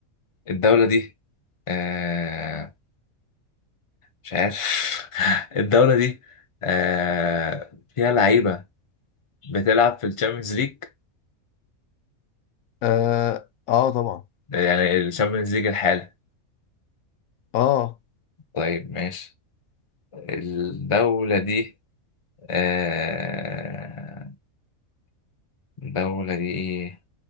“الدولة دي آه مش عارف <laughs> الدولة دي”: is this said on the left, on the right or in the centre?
Left